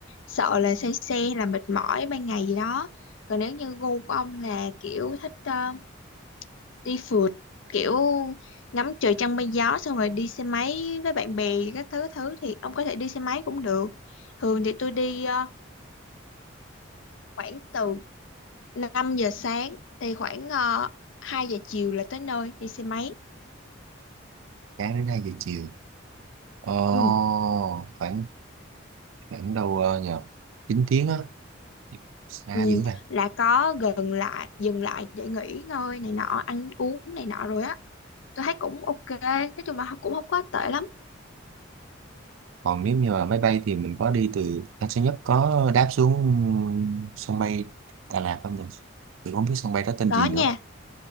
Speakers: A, on the left; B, on the right.
A: sợ là say xe hay là mệt mỏi ban ngày gì đó còn nếu như gu của ông là kiểu thích ờ, đi phượt kiểu ngắm trời trăng mây gió xong rồi đi xe máy với bạn bè các thứ thứ thì ông có thể đi xe máy cũng được thường thì tôi đi ờ, khoảng từ 5 giờ sáng thì khoảng uh, 2 giờ chiều là tới nơi đi xe máy
B: Sáng đến 2 giờ chiều. Ồ,
A: ừ,
B: khoảng khoảng đâu ờ, nhờ 9 tiếng á. Xa
A: ừ,
B: dữ vậy.
A: là có gần lại dừng lại để nghỉ ngơi này nọ ăn uống này nọ rồi á tôi thấy cũng ok nói chung là cũng không có tệ lắm
B: còn nếu như mà máy bay thì mình có đi từ Tân Sơn Nhất có đáp xuống sân bay Đà Lạt không được mình không biết sân bay đó tên
A: có
B: gì
A: nha
B: nữa